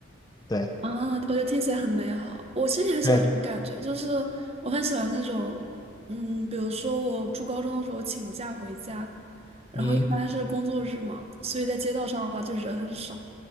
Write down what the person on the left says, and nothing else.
对
对，
嗯，